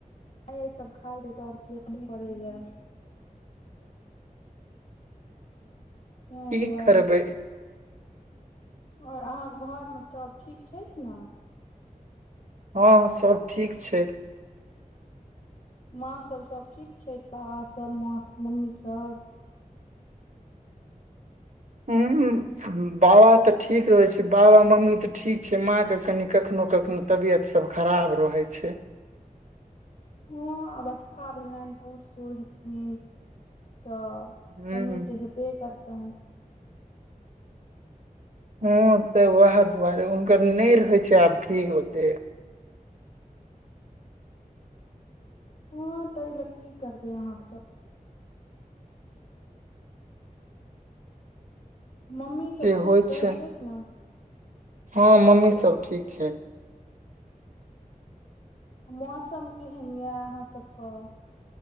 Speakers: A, on the left (about 55°); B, on the right (about 60°).
A: हे सब खाय दे तँ <unintelligible> ताहि
B: की
A: दुआरे
B: करबै
A: और अहाँ क घर म सब ठीक छैथ न
B: हँ सब ठीक छै
A: माँ सब सब ठीक छैथ बाबा सब माँ मम्मी सब
B: हुँ बाबा तऽ ठीक रहै छै बाबा मम्मी तऽ ठीक छै माँ के कनि कखनो कखनो तबियत सब खराब रहै छै
A: हँ अवस्था भेलैन बूढ़ सूढ़ हेथिन तऽ
B: हूँ
A: कनी ते हेबे करतैन
B: हँ तऽ उएह दुआरे हुनकर नइ रहै छै आब ठीक ओते
A: हँ तहि लऽ की करबै अहाँ सब मम्मी सब
B: जे
A: ठीक
B: होइ
A: रहै
B: छै
A: छथि ने
B: हँ मम्मी सब ठीक छै
A: मौसम केहन यए अहाँ सब कऽ